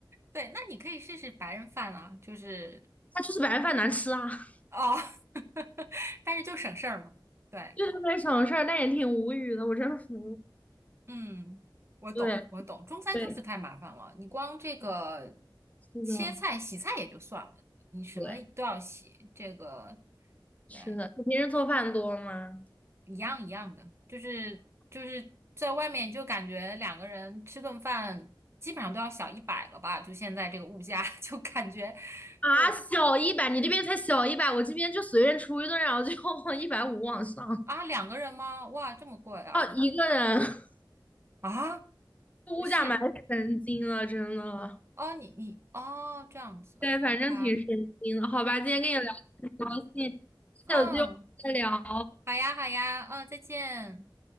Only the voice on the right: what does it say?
对，那你可以试试白人饭啦，就是
哦，<laughs> 但是就省事儿嘛。对，
嗯，我懂，
我懂，中餐就是太麻烦了，
你光这个
切菜、洗菜也就算了，你什么都要洗，
这个
对。
一样一样的，就是就是在外面就感觉两个人吃顿饭基本上都要小一百了吧，就现在这个物价，<laughs> 就感觉
我
啊两个人吗？哇，这么贵啊
啊
是
哦你你哦这样子，OK，
嗯，
好呀好呀，嗯，再见。